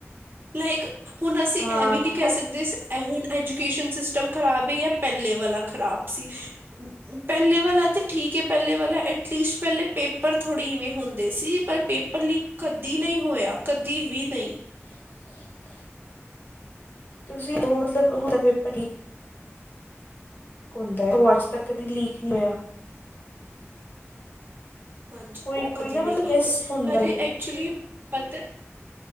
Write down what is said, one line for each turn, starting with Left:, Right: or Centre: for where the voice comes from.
Right: ਲਾਇਕ ਹੁਣ ਅਸੀਂ
Left: ਹਾਂ
Right: ਇਹ ਵੀ ਨਹੀਂ ਕਹਿ
Left: ਪਰ
Right: ਸਕਦੇ। ਇਹ ਹੁਣ ਐਜੂਕੇਸ਼ਨ ਸਿਸਟਮ ਖਰਾਬ ਹੈ ਪਹਿਲੇ ਵਾਲਾ ਖਰਾਬ ਸੀ। ਪਹਿਲੇ ਵਾਲਾ ਤਾਂ ਠੀਕ ਹੈ ਪਹਿਲੇ ਵਾਲਾ ਐਟਲੀਸਟ ਪਹਿਲੇ ਪੇਪਰ ਥੋੜੀ ਐਵੇਂ ਹੁੰਦੇ ਸੀ ਪਰ ਪੇਪਰ ਲੀਕ? ਕਦੀ ਨਹੀਂ ਹੋਇਆ ਕਦੀ ਵੀ ਨਹੀਂ।
Left: <unintelligible> ਤੁਸੀਂ ਉਹ ਹੋਣਾ ਪੇਪਰ ਲੀਕ ਹੁੰਦਾ ਉਹ ਅੱਜ ਤੱਕ ਕਦੀ ਲੀਕ ਨਹੀਂ ਹੋਇਆ।
Right: ਹਾਂਜੀ
Left: ਕੋਈ
Right: ਉਹ
Left: ਕੋਈ
Right: ਕਦੀ
Left: ਨਾ
Right: ਨਹੀਂ
Left: ਮਤਲਬ
Right: ਲੀਕ
Left: ਇਸ
Right: ਹੋਏ
Left: ਹੁੰਦਾ
Right: ਪਰ
Left: ਏ
Right: ਐਚਲੀ ਪਤਾ?